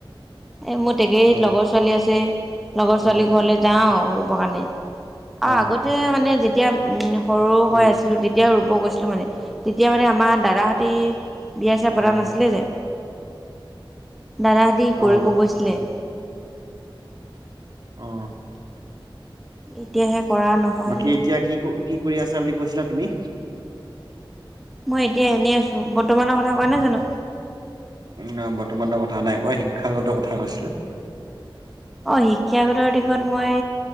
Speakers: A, in the centre; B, on the right (about 50°).
A: এ মোৰ <unintelligible>
B: অ
A: লগৰ ছোৱালী আছে, লগৰ ছোৱালী
B: অ অ
A: ঘৰলৈ যাওঁ ৰুবকাৰণে। অ
B: হয়
A: আগতে
B: হয়
A: মানে যেতিয়া উম সৰু
B: উম
A: হৈ আছিলো তেতিয়াও ৰুব গৈ তেতিয়া মানে আমাৰ দাদা হতে বিয়া-ছিয়া পতা চিয়া পতা
B: অ
A: নাছিলে যে। দাদাহতি
B: অ',
A: কৰিব গৈছিলে।
B: অ।
A: এতিয়াহে কৰা নহয়গে
B: বাকী
A: আৰু
B: এতিয়া কি কি কৰি আছা বুলি কৈছিলা তুমি?
A: মই এতিয়া এনেই আছো, বৰ্তমানৰ কথা কোৱা নাই জানো?
B: উ বৰ্তমানৰ কথা নাই কোৱা, শিক্ষাগত কথা কৈছিলো।
A: অ শিক্ষাগতৰ দিশত মই